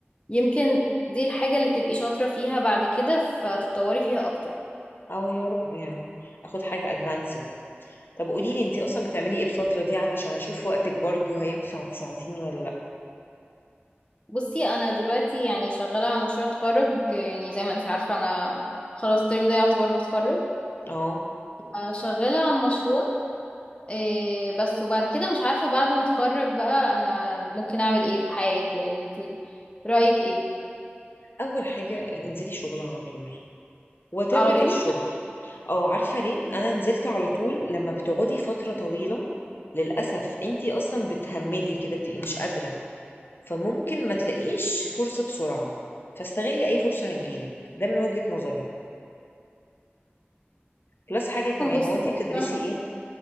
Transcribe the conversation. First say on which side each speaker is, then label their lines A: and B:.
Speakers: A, on the left (about 25°); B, on the left (about 60°).
A: يمكن دي الحاجة اللي تبقي شاطرة فيها بعد كده فتتطوري فيها أكتر
B: آه يا رب يعني آخُد حاجة advanced. طب قولي لي أنتِ أصلًا بتعملي إيه الفترة دي علشان أشوف وقتِك برضه هينفع تساعديني والّا لأ؟
A: بصي أنا دلوقتي يعني شغالة على مشروع تخرج يعني زي ما انتي عارفة أنا خلاص الترم ده يعتبر بتخرج
B: آه،
A: آه، شغالة على مشروع إيه بس وبعد كده مش عارفة بعد ما اتخرج بقى انا ممكن اعمل ايه في حياتي يعني انتي رأيك ايه
B: أول حاجة انزلي شغل على طول whatever
A: على طول
B: إيه الشغل، آه عارفة ليه؟ أنا نزلت على طول لمّا بتقعدي فترة طويلة للأسف أنتِ أصلًا بتهمِّدي كده بتبقي مش قادرة، فممكن ما تلاقيش فرصة بسرعة، فاستغلي أي فرصة هتيجي لِك، ده من وجهة نظري. plus حاجة كمان،
A: بصي
B: هو أنتِ بتدرسي
A: انا
B: إيه؟